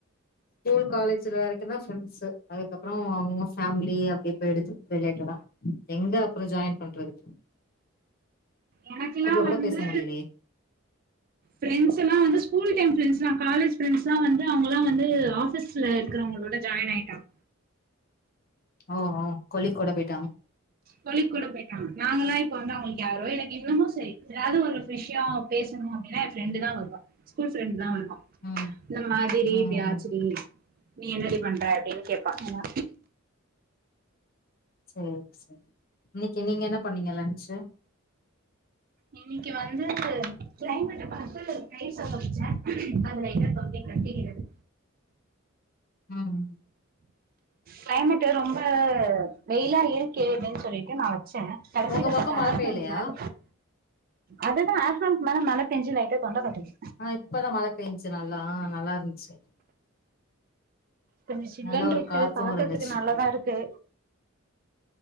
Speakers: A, on the left; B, on the right.
A: ஸ்கூல் காலேஜ்ல வரைக்குந்தா ஃப்ரெண்ட்ஸ்சு அதுக்கப்பறோ அவங்க ஃபேமிலி அப்டியே போயிடுது ரிலேட்டடா எங்க அப்பற ஜாயின் பண்றது
B: எனக்குல்லா
A: கூட
B: வந்து
A: பேச முடியலையே
B: ப்ரெண்ட்ஸ் எல்லா வந்து ஸ்கூல் டைம் ப்ரண்ஸதா காலேஜ் ப்ரண்ஸலா வந்து அவங்களா வந்து ஆபீஸ் ஸ்ல இருக்கிறவங்களோட ஜாயின் ஆயிட்டாங்க
A: ஓ ஓ கொழிக்கு கூட போய்ட்டாங்க
B: தொழி கூட போயிட்டாங்க நாங்கல்லா இப்ப வந்து அவங்களுக்கு யாரோ எனக்கு இன்னமோ சரி ஏதாவது ஒரு விஷய பேசணும்மா அப்படனா என் ப்ரெண்டு தா வருவா ஸ்கூல் ப்ரெண்டுதா வருவா
A: ம்
B: இந்த மாதிரி
A: ம்
B: இப்பியாச்சிரி
A: ம்
B: நீ என்னடி பண்ற அப்படின்னு கேப்பா ஏன்னா
A: சரி சரி இன்னைக்கு நீங்க என்ன பண்ணீங்க லன்ச்சு
B: இன்னைக்கு வந்து க்ளைமேட்டை பாத்து <unintelligible> ஆரம்பச்ச அது ட்ட தொந்தி கட்டிக்கிறது
A: ம்
B: க்ளைமேட்டு ரொம்ப வெயிலா இருக்கே அப்படின்னு சொல்லிட்டு நா வச்சே கடைசில
A: உங்க பக்கம்
B: பட்
A: மழ
B: ஆஃப்டனுன்க்கு
A: பெய்யலையா
B: மேல அதுதா ஆப்டனுன்க்கு மேல மழைப்பெஞ்சி லைட்டா தொண்ட கட்டுது
A: ஆ இப்பதா மழை பெய்ச்சு நல்லா நல்லாருந்துச்சு
B: கொஞ்ச சில்லுன்ருக்கு
A: நல்லா ஒரு காத்து
B: பாக்குறதுக்கு
A: இருந்துச்சு
B: நல்லாதா இருக்கு